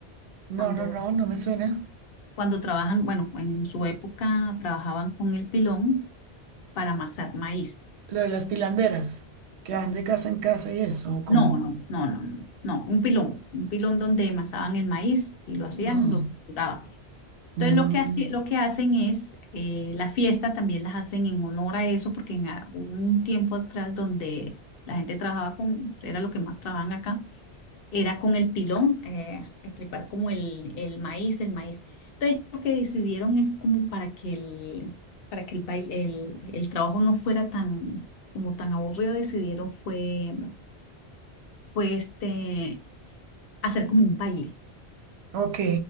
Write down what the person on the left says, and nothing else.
cuando
Cuando trabajan, bueno, en su época trabajaban con el pilón para amasar maíz.
No, no, no, no, no, no, un pilón, un pilón donde amasaban el maíz y lo hacían,
lo torturaban. Entonces
lo que hace, lo que hacen es, eh, la fiesta también las hacen en honor a eso, porque en, a- hubo un tiempo atrás donde la gente trabajaba con, era lo que más trabajaban acá era con el pilón, eh, estripar como el, el maíz, el maíz. Entonces, lo que decidieron es como para que el, para que el baile, el, el trabajo no fuera tan, como tan aburrido, decidieron fue, fue este, hacer como un baile,